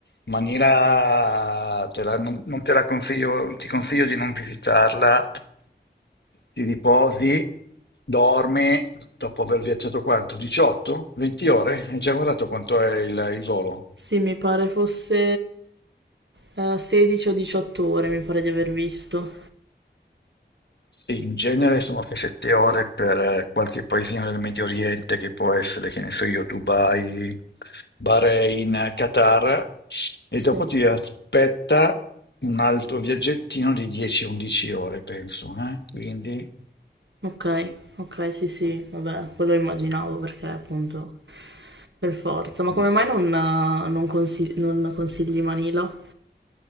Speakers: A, on the left; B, on the right.
A: Manila te la- non, non te la consiglio, ti consiglio di non visitarla, ti riposi, dormi, dopo aver viaggiato quanto? 18? 20 ore? Hai già guardato quanto è il il volo?
B: Sì, mi pare fosse Eh, 16 o 18 ore mi pare di aver visto.
A: Sì, in genere sono 6-7 ore per eh, qualche paesino del Medio Oriente che può essere, che ne so io, Dubai, Bahrain, eh, Qatar, e
B: Sì.
A: dopo ti aspetta un altro viaggettino di 10-11 ore, penso, eh? Quindi...
B: Ok, ok, sì, sì, vabbè, quello immaginavo perché appunto per forza. Ma
A: mm.
B: come mai non, eh, non consi- non consigli Manila?